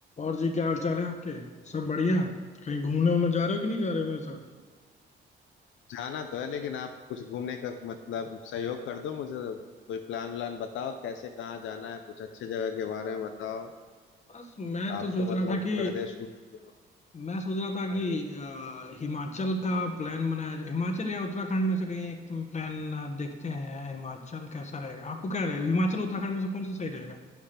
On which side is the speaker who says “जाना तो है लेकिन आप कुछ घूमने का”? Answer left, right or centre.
Left